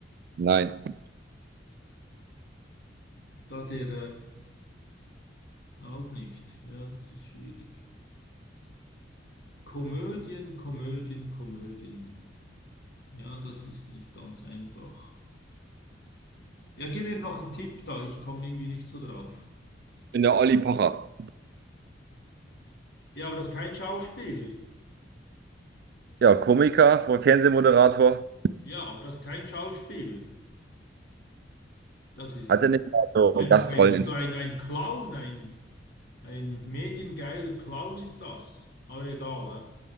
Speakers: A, on the right; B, on the left.
A: Nein.
B: da der äh, auch nicht. Ja, das ist schwierig. Komödien, Komödien, Komödien. Ja, das ist nicht ganz einfach. Ja, gib mir noch einen Tipp da, ich komme irgendwie nicht so drauf.
A: Ich bin der Olli Pocher.
B: Ja, aber das ist kein Schauspieler.
A: Ja, Komiker, Fernsehmoderator.
B: Ja, aber das ist kein Schauspieler. Das ist
A: Hatte
B: ein,
A: nicht mal so
B: einfach
A: Gastrollen
B: ein,
A: in
B: so ein, ein Clown, ein, ein mediengeiler Clown ist das. Aber egal, hä?